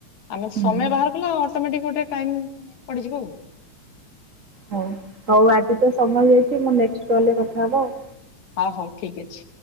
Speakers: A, on the left (about 70°); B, on the right (about 40°).
A: ଆମେ
B: ହୁଁ।
A: ସମୟ ବାହାର କଲ ଅଟୋମେଟିକ୍ ଗୋଟେ ଟାଇମ୍ ପଡିଯିବ ଆଉ।
B: ହୋଉ, ହୋଉ ଆଜି ତ ସମୟ ହେଇ ଯାଇଛି। ମୁ ନେଷ୍ଟ କଲ୍ ରେ କଥା ହବା ଆଉ।
A: ଅ ହୋଉ ଠିକ୍ ଅଛି।